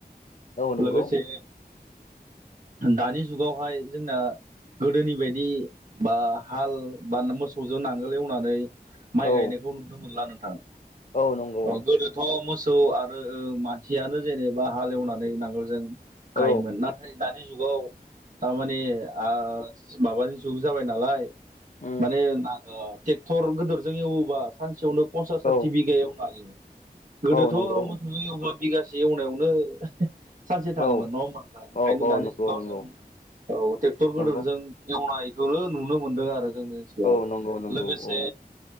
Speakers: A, on the left (about 50°); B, on the right (about 50°).
A: औ नंगौ
B: लोगोसे दानि जुगावहाय जोंना गोदोनि बायदि बा हाल बा मोसौजों नांगोल एवनानै माइ
A: औ
B: गायनाय मोनला नोंथां
A: औ नंगौ
B: गोदोथ' मोसौ आरो मानसियानो जेनेबा हालेवनानै नांगोलजों गायोमोन
A: औ
B: नाथाय। दानि जुगाव थारमाने आ माबानि जुग जाबाय नालाय
A: उम
B: माने ट्रेक्टर गिदोरजों एवोबा सानसेयावनो फसा साथि
A: औ
B: बिघायावनो ह गोदोथ'
A: औ नंगौ
B: मोसौबेबा बि ससे एवनायावनो सानसे थाङोमोन
A: औ
B: नङ होमबाथा ओंखायनो
A: औ औ
B: दानि
A: नंगौ
B: जुगाव
A: नंगौ
B: जों औ ट्रेक्टर गदोरजों
A: नंगौ
B: एवनाय खौनो नुनो मोनदों आरो जोंनि ओनसोलाव
A: औ नंगौ नंगौ
B: लोगोसे
A: औ